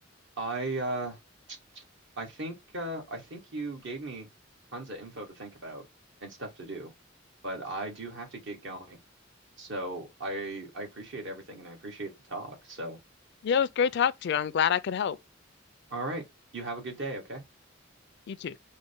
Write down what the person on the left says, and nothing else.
yeah. It was great talking to you. I'm glad I could help.
You too.